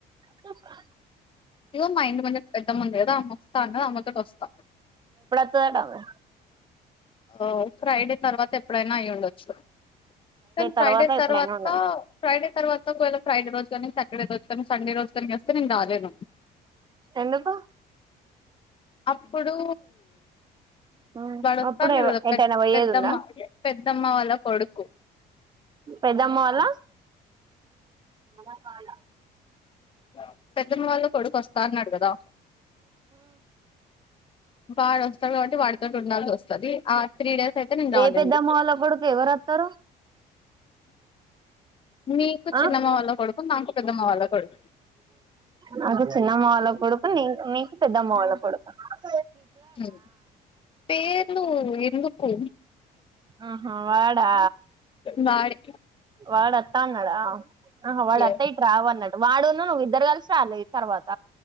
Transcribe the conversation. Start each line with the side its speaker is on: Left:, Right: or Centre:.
Right: <inaudible>
Left: ఇగో మా ఇంటి ముందు పెద్దమ్మ ఉంది కదా ఆమె వస్త అన్నది ఆమె తోటి ఒస్తా
Right: స్తదట ఆమె
Left: ఆ ఫ్రైడే తర్వాత ఎప్పుడైనా అయ్యుండొచ్చు కాన్ ఫ్రైడే
Right: తర్వాత ఎప్పుడైనా
Left: తర్వాత
Right: ఉండవచ్చు
Left: ఫ్రైడే తర్వాత ఒకవేళ ఫ్రైడే రోజు ని సాటర్డే కొస్తాం సండే రోజకనికిఒస్తే నేను రాలేను
Right: ఎందుకు
Left: అప్పుడు
Right: ఆ
Left: వాడు వస్తా
Right: అప్పుడు
Left: అన్నాడు
Right: ఎవ
Left: కదా
Right: ఏటైనా
Left: పె
Right: పోయ్యేది
Left: పెద్దమ్మ
Right: ఉందా
Left: పెద్దమ్మ వాళ్ళ కొడుకు
Right: పెద్దమ్మ వాళ్ల అలా కాల
Left: యా పెద్దమ్మ వాళ్ళ కొడుకు వస్తా అన్నాడు కదా వాడు వస్తడు కాబట్టి వాడితో ఉండాల్సి వస్తది ఆ త్రీ డేస్ అయితే నేను రాలేను
Right: ఏ పెద్దమ్మ వాళ్ళ కొడుకు ఎవరొత్తరు
Left: మీకు
Right: ఆ
Left: చిన్నమ్మ వాళ్ల కొడుకు నాకు పెద్దమ్మ వాళ్ళ కొడుకు
Right: నాకు చిన్నమ్మ వాళ్ళ కొడుక్ నీ నీకు పెద్దమ్మ వాళ్ళ కొడుకు ఆ
Left: ఉమ్ పేర్లు ఎందుకు
Right: ఆహా వాడా
Left: వాడే
Right: వాడత్తన్నాడా ఆహా వాడొత్తే
Left: ఎస్
Right: ఇటు రావ అన్నట్టు వాడును ఇద్దరు కలిసి రాల్లి తర్వాత